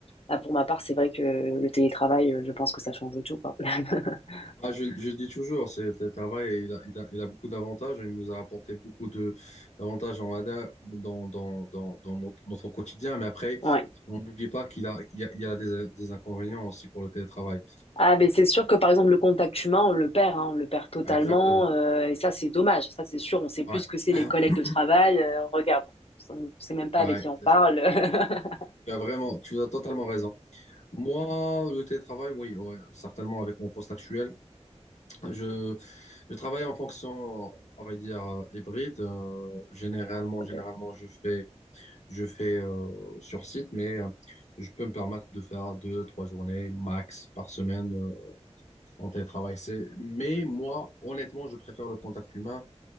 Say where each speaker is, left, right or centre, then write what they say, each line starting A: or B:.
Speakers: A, on the left; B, on the left.
A: bah, pour ma part, c'est vrai que le télétravail, euh, je pense que ça change tout, quoi. <laughs>
B: Ah, je, je le dis toujours, ce ce travail, il a, il a, il a beaucoup d'avantages. Il nous a apporté beaucoup de d'avantages en ADA dans, dans, dans, dans notre, notre quotidien. Mais après,
A: Ouais.
B: on n'oublie pas qu'il a, il y a, il y a des, des inconvénients aussi pour le télétravail.
A: Ah, mais c'est sûr que par exemple, le contact humain, on le perd, hein, on le perd totalement.
B: Ah, exactement.
A: euh, et ça, c'est dommage. Ça, c'est sûr. On sait plus
B: Ouais,
A: ce que c'est
B: <clears throat>
A: les collègues de travail. euh, regarde, on sait même pas
B: ouais,
A: avec qui on parle.
B: c'est ça.
A: <laughs>
B: Tu as vraiment, tu as totalement raison. Moi, le télétravail, oui, ouais, certainement avec mon poste actuel, je, je travaille en fonction, on va dire, euh, hybride. Euh, généralement, généralement,
A: Ok.
B: je fais Je fais euh, sur site, mais euh, je peux me permettre de faire deux, trois journées max par semaine euh, en télétravail. C'est... Mais moi, honnêtement, je préfère le contact humain.